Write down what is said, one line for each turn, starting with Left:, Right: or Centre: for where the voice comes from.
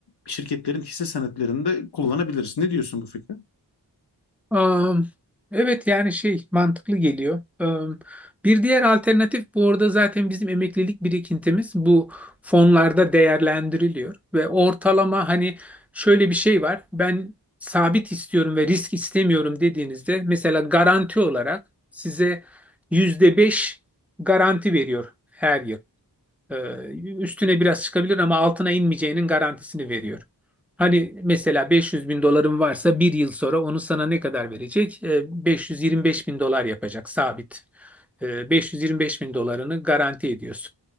Left: şirketlerin hisse senetlerinde kullanabilirsin. Ne diyorsun bu fikre?
Centre: Am, Evet yani şey mantıklı geliyor. Am, Bir diğer alternatif bu arada zaten bizim emeklilik birikintimiz bu fonlarda değerlendiriliyor ve ortalama hani şöyle bir şey var. Ben sabit istiyorum ve risk istemiyorum dediğinizde mesela garanti olarak size %5 garanti veriyor her yıl. Ee, üstüne biraz çıkabilir ama altına inmeyeceğinin garantisini veriyor. Hani mesela 500 bin doların varsa bir yıl sonra onu sana ne kadar verecek? Ee, 525 bin dolar yapacak sabit. Ee, 525 bin dolarını garanti ediyorsun.